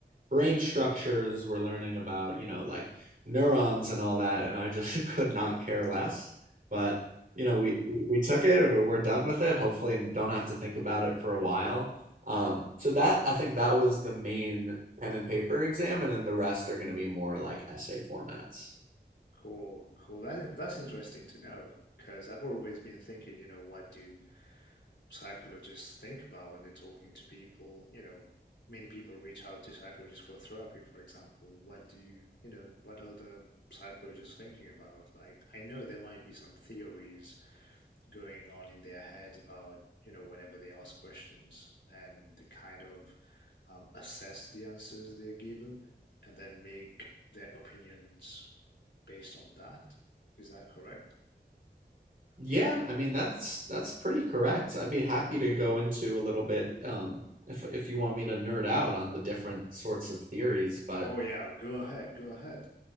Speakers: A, on the right (about 50°); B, on the left (about 85°).
A: brain structures, we're learning about, you know, like neurons and all that, and I just <laughs> could not care less. But, you know, we we took it, we're, we're done with it, hopefully, and don't have to think about it for a while. Um, so that I think that was the main pen and paper exam, and then the rest are going to be more like essay formats.
B: cool, cool. That, that's interesting to know because I've always been thinking, you know, what do psychologists think about when they're talking to people. You know, many people reach out to psychologists for therapy, for example. What do you, you know, what are the psychologists thinking about? Like, I know there might be some theories going on in their heads about, you know, whenever they ask questions and the kind of um, assess the answers they're given and then make their opinions based on that. Is that correct?
A: Yeah, I mean that's that's pretty correct. I'd be happy to go into a little bit um, if if you want me to nerd out on the different sorts of theories, but
B: Oh, yeah, go ahead, go ahead.